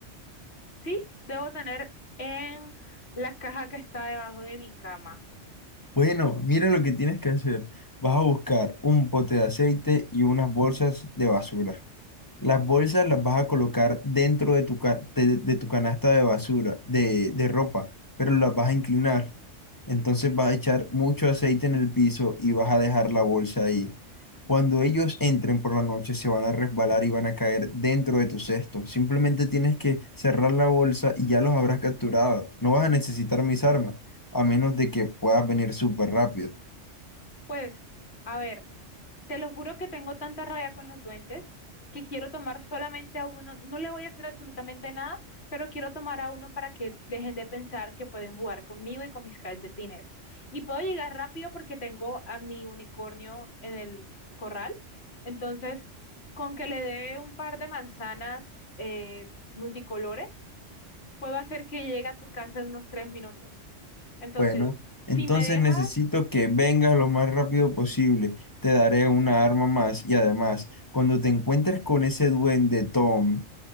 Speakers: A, on the left; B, on the left.
A: Sí, debo tener en la caja que está debajo de mi cama.
B: Bueno, mira lo que tienes que hacer. Vas a buscar un pote de aceite y unas bolsas de basura. Las bolsas las vas a colocar dentro de tu, ca- de, de tu canasta de basura, de, de ropa, pero las vas a inclinar. Entonces vas a echar mucho aceite en el piso y vas a dejar la bolsa ahí. Cuando ellos entren por la noche, se van a resbalar y van a caer dentro de tu cesto. Simplemente tienes que cerrar la bolsa y ya los habrás capturado. No vas a necesitar mis armas, a menos de que puedas venir súper rápido.
A: Pues, a ver, Te lo juro que tengo tanta rabia con los duendes que quiero tomar solamente a uno. No le voy a hacer absolutamente nada, pero quiero tomar a uno para que dejen de pensar que pueden jugar conmigo y con mis calcetines. Y puedo llegar rápido porque tengo a mi unicornio en el corral. Entonces, con que le dé un par de manzanas eh, multicolores, puedo hacer que llegue a tu casa en unos tres minutos. Entonces,
B: Bueno,
A: si
B: entonces
A: me dejas
B: necesito que vengas lo más rápido posible. Te daré una arma más y además, cuando te encuentres con ese duende Tom,